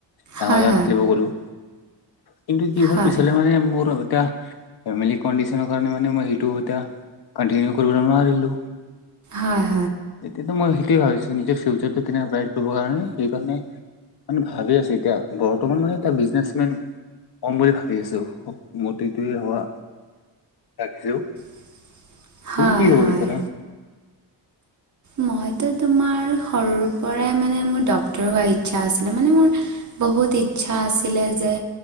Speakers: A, on the left; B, on the right.
A: ডাঙৰ
B: হয়
A: জাত
B: হয়
A: খেলিব গ'লো কিন্তু কি হ'ল
B: হয়
A: পিছলে
B: হয়
A: মানে মোৰ নৰ কাৰ মানে মই স ক কৰিব নোৱাৰিলো
B: হয় হয়
A: এতিয়াতো মই সেইটোৱে ভাবিছো নিজৰ ফিউচাৰটো তেনে ব্ৰাইট কৰিবৰ কাৰণে সেইকাৰণে মান ভাবি আছো এতিয়া বৰ্তমান মানে এটা বিজনেচমেন কম বুলি ভাবি আছো ম্তিটোৱে হোৱা ৰাখিছো
B: <unintelligible>
A: তুমি কি হব
B: হয়
A: বিচাৰা
B: মইতো তোমাৰ সৰুৰ পৰাইৰ ডক্টৰ ম মোৰ বহুত ইচ্ছা আছিলে যে